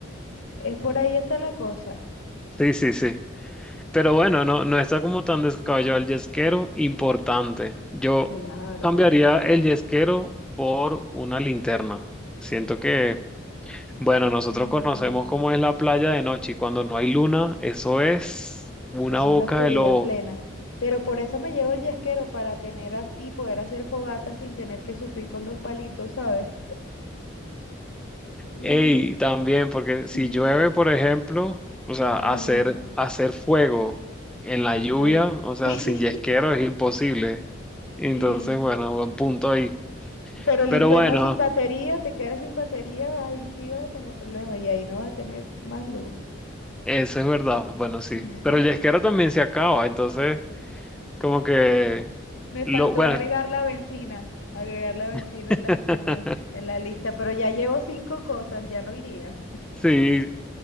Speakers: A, on the left; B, in the centre.
A: Es por ahí está la cosa.
B: sí, sí, sí. Pero bueno, no, no está como tan descabellado el yesquero, importante. Yo
A: Claro.
B: cambiaría el yesquero por una linterna. Siento que, bueno, nosotros
A: Mm,
B: conocemos cómo es la playa de noche y cuando no hay luna, eso es una
A: eso
B: boca
A: es la oscuridad
B: de lobo.
A: plena. Pero por eso me llevo el yesquero para tener as- y poder hacer fogatas sin tener que sufrir con dos palitos, ¿sabes? Ujú.
B: Ey, también, porque si
A: <laughs>
B: llueve, por ejemplo, o sea, hacer,
A: Ah,
B: hacer fuego en la lluvia,
A: ay.
B: o sea,
A: <laughs>
B: sin yesquero es imposible. Entonces,
A: Y,
B: bueno, buen punto ahí.
A: pero linterna
B: Pero bueno,
A: sin batería, te quedas sin batería, ahí sí vas a tener problemas y ahí no vas a tener más luz.
B: eso es verdad, bueno, sí.
A: <laughs>
B: Pero el yesquero también se acaba, entonces, como que,
A: Me
B: lo,
A: faltó
B: bueno,
A: agregar la benzina, agregar la benzina
B: <laughs>
A: en la, en la, en la lista, pero ya llevo cinco cosas, ya no iría.
B: sí,